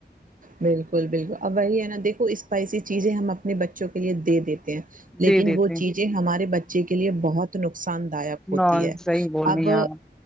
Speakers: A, on the right; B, in the centre.
A: بالکل بالکل اب وہی ہے نا دیکھو اسپائسی چیزیں ہم اپنے بچوں کے لیے دے دیتے ہیں لیکن
B: دے دیتے
A: وہ
B: ہیں
A: چیزیں ہمارے بچے کے لیے بہت نقصان داک ہوتی
B: نہ
A: ہے
B: صحیح بول
A: اب
B: رہی ہیں آپ